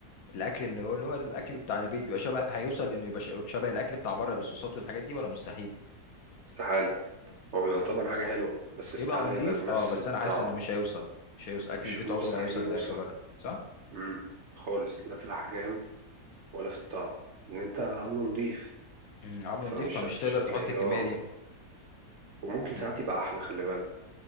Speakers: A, on the left (about 70°); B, on the right (about 60°).
A: الاكل اللي هو اللي هو الاكل بتاع البيت بيبقى شبه هيوصل لانه يبقى ش- شبه الاكل بتاع بره بالصوصات والحاجات دي ولا مستحيل
B: استحاله هو بيبقى طبعا حاجه حلوه بس استحاله
A: يبقى نضيف
B: يبقى بنفس
A: اه بس
B: الطعم
A: انا حاسس انه مش هيوصل مش هيوصل اكل
B: مش
A: البيت
B: مستحيل
A: عمره ما يوصل
B: يوصل
A: زي اكل بره صح
B: مم. خالص لا في الاحجام ولا في الطعم اللي انت عامله نضيف
A: امم عمله
B: فمش
A: نضيف فمش
B: هت...
A: تقدر
B: مش هتلاقيه
A: تحط الكميه
B: اه
A: دي
B: وممكن ساعات
A: امم
B: يبقى احلى خلي بالك